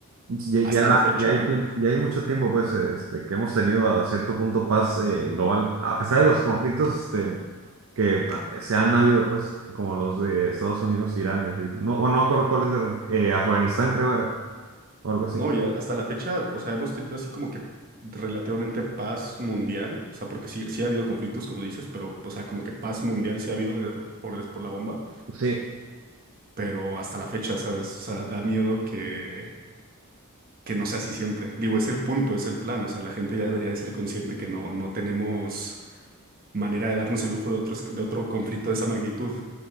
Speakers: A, on the right (about 65°); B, on the right (about 40°).
A: Ya, ya,
B: Hasta la fecha,
A: ya hay, tiemp- ya hay mucho tiempo pues, este, que hemos tenido a cierto punto paz eh, global, a pesar de los conflictos este, que eh, se han habido, pues, como los de Estados Unidos, Irán y así. No, o no acuerdo cuáles eran, eh, Afganistán creo era, o algo así.
B: no, y a- hasta la fecha, o sea, hemos tenido así como que relativamente paz mundial, o sea, porque sí, sí ha habido conflictos, como dices, pero, o sea, como que paz mundial sí ha habido de- por, por la bomba.
A: Sí,
B: pero hasta la fecha, ¿sabes? O sea, da miedo que, que no sea así siempre. Digo, es el punto, es el plan, o sea, la gente ya debería de ser consciente que no, no tenemos manera de darnos el lujo de otros, de otro conflicto de esa magnitud.